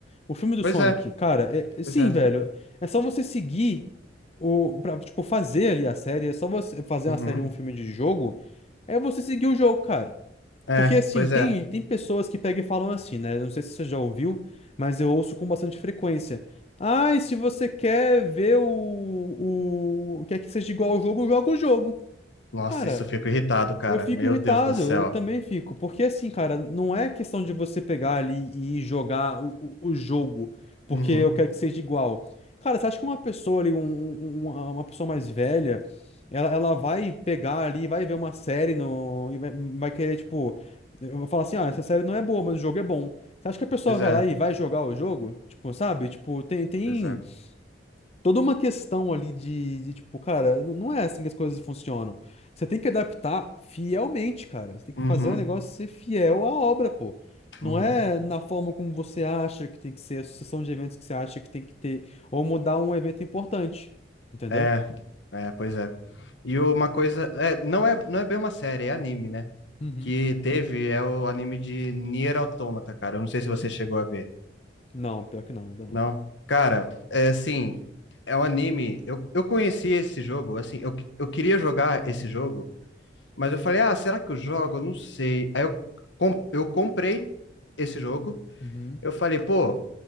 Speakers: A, on the left; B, on the left.
A: O filme do
B: Pois
A: Sonic,
B: é,
A: cara, é- é-
B: pois
A: sim,
B: é,
A: velho, é só você seguir o, pra, tipo, fazer ali a série, é só você fazer
B: uhum,
A: uma série ou um filme de jogo, é você seguir o jogo, cara.
B: é,
A: Porque assim,
B: pois
A: tem,
B: é.
A: tem pessoas que pegam e falam assim, né? Eu Não sei se você já ouviu, mas eu ouço com bastante frequência. Ah, e se você quer ver o, o... Quer que seja igual ao jogo, joga o jogo.
B: Nossa,
A: Cara,
B: isso eu fico irritado, cara,
A: eu fico
B: meu
A: irritado,
B: Deus do céu.
A: eu também fico. Porque assim, cara, não é questão de você pegar ali e jogar o, o, o jogo porque
B: Uhum,
A: eu quero que seja igual. Cara, você acha que uma pessoa ali, um- um- um, uma uma pessoa mais velha, ela, ela vai pegar ali, vai ver uma série no, e vai, vai querer, tipo, eu vou falar assim, ah, essa série não é boa, mas o jogo é bom. Você acha que a pessoa
B: pois
A: vai
B: é.
A: lá e vai jogar o jogo? Tipo, sabe? Tipo, tem, tem
B: Pois é.
A: toda uma questão ali de, de, tipo, cara, n- não é assim que as coisas funcionam. Você tem que adaptar fielmente, cara. Você tem que
B: Uhum,
A: fazer o negócio ser fiel à obra, pô. Não
B: uhum.
A: é na forma como você acha que tem que ser, a sucessão de eventos que você acha que tem que ter, ou mudar um evento importante. Entendeu?
B: É, é, pois é. E uma coisa, é, não é, não é bem uma série, é anime, né?
A: Uhum,
B: Que teve é o anime de Nier Automata, cara. Eu não sei se você chegou a ver.
A: Não, pior que não, ainda não.
B: Não? Cara, é assim, é um anime. Eu, eu conheci esse jogo, assim, eu, eu queria jogar esse jogo, mas eu falei, ah, será que eu jogo? Eu não sei. Aí eu, com- eu comprei esse jogo.
A: uhum.
B: Eu falei, pô,